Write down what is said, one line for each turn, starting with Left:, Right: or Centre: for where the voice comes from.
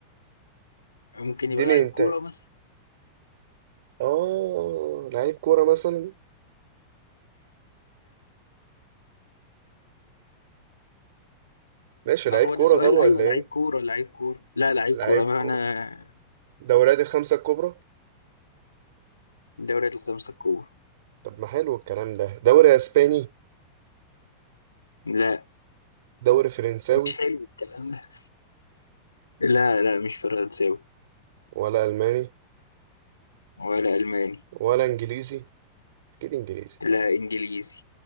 Left: <laughs> ممكن
Right: اديني
Left: يبقى لعيب
Right: انت
Left: كوره مثلا
Right: آه لعيب كورة مثلا ماشي لعيب
Left: اه هو
Right: كورة
Left: ده سؤال
Right: طب ولا
Left: ايوه لعيب
Right: إيه
Left: كوره لعيب كوره لا لعيب
Right: لعيب
Left: كوره ما
Right: كورة
Left: انا
Right: دوريات الخمسة الكبرى
Left: دوري الخمسة الكبرى
Right: طب ما حلو الكلام ده دوري أسباني
Left: لا
Right: دوري فرنساوي
Left: مش حلو الكلام ده لا لا مش فرنساوي
Right: ولا ألماني
Left: ولا ألماني
Right: ولا انجليزي اكيد انجليزي
Left: لا إنجليزي